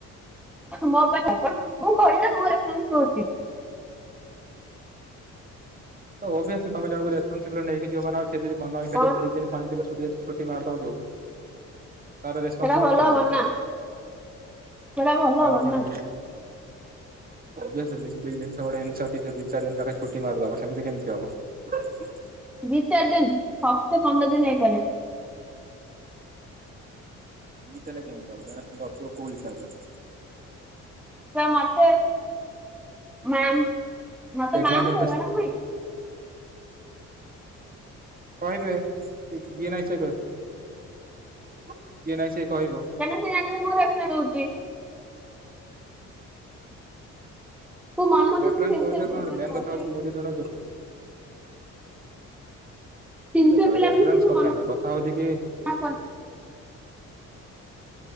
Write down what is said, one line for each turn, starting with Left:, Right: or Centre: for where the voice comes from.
Centre: ମୋ ପାଇଁ ମୁଁ କହିଲି ନା <unintelligible>
Right: ତ ଓଭିଅସଲି ତମ ଜଣଙ୍କୁ ରେସ୍ପନସିବ ନେଇକି ଯିବ ମାନେ ଆଉ ସେ ଯଦିି ମନ ଇଚ୍ଛା
Centre: କଣ
Right: <unintelligible> ପାଞ୍ଚ ଦିନ <unintelligible> ତାର ରେସପନସିବିଲଟି
Centre: ସେଟା ଭଲ
Right: କିଏ ନବ?
Centre: ହବନି ନା ସେଟା ଭଲ
Right: ତାର
Centre: ହବନି
Right: ପୁଣି
Centre: ନା
Right: ଓଭିଅସଲି ସେ ସେଇ ଜିନିଷ ଗୁଡା <unintelligible> ଦି ଚାରି ଦିନ ତା ଛୁଟି ମାରି ଦବ। ସେମିତି କେମିତି ହବ?
Centre: ଦି ଚାରି ଦିନ ଦଶ ପନ୍ଦର ଦିନ ହେଇପାରେ।
Right: ଏମିତି ହେଲେ କେମିତି ହବ ଜାଗା ଖଣ୍ଡେ ରଖିବ କୋଉ ହିସାବରେ।
Centre: ମତେ ମାମ ମତେ
Right: ଟେକ୍
Centre: ମାମ
Right: ମହିନ୍ଦ୍ରା
Centre: କହିବ ନା ନାଇ।
Right: କହିବେ କିଏ ଯିଏ ନାଇ ସିଏ କହିବେ ଯିଏ ନାଇ ସିଏ କହିବ
Centre: ତମକୁ ଲାଗିବ ମୁଁ ଏସା କହୁଛି। ମୁଁ ମନେ ମନେ
Right: ରେଫରେନ୍ସ
Centre: ସେ ସିନସିୟର
Right: ତ ହଉଛ
Centre: ପିଲା
Right: କଣ ମେନ୍
Centre: କରୁଛି
Right: କଥା ହଉଛି ମୁଁ ବି ଜଣଉଛି।
Centre: ସିନସିୟର
Right: ଦେଖ
Centre: ପିଲା
Right: ରେଫରେନ୍ସ
Centre: ବୋଲି ସେ ମୁଁ
Right: କଥା
Centre: ମନା
Right: ନୁହେଁ କଥା ହଉଛି କି
Centre: କରିନି